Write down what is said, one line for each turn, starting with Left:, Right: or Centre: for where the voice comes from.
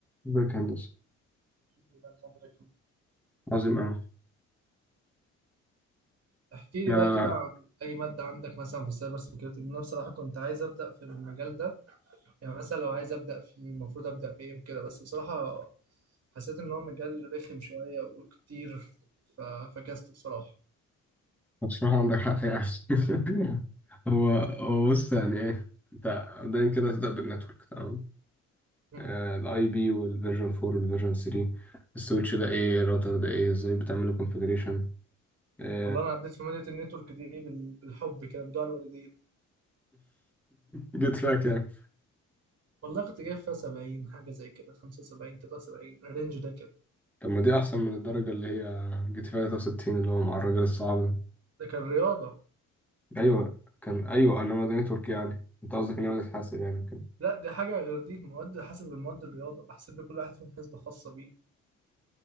Centre: ازيك يا هندسة
Right: الله يخليك لك.
Centre: عظيم أوي
Right: احكي لي
Centre: ما
Right: بقى كده عن اي ماده عندك مثلا في السايبر سيكيورتي لأن انا بصراحه كنت عايز ابدا في المجال ده يعني مثلا لو عايز ابدا فيه المفروض ابدا بايه وكده بس بصراحه حسيت ان هو مجال رخم شويه وكتير ف- فكست بصراحه
Centre: بصراحة عندك حق يعني <laughs> هو هو بص يعني إيه أنت دايما كده تبدأ بالنتورك تمام
Right: مم.
Centre: الاي بي والفيرجن 4 والفيرجن 3 السويتش ده ايه الراوتر ده ايه ازاي بتعمل كونفيجريشن <laughs>
Right: والله انا عديت في ماده النتورك دي بال- بالحب كده بدعاء الوالدين
Centre: جيت فيها كام
Right: والله كنت جايب فيها 70 حاجه زي كده 75 79 الرينج ده كده
Centre: طب ما دي احسن من الدرجه اللي هي جيت فيها 63 اللي هو مع الراجل الصعب
Right: ده كان رياضه
Centre: ده ايوه كان ايوه انما ده نتورك يعني انت قصدك ان هو بتتحاسب يعني كده
Right: لا دي حاجه غير دي مواد حسب المواد الرياضه بحسب لكل واحد فيهم حسبه خاصه بيه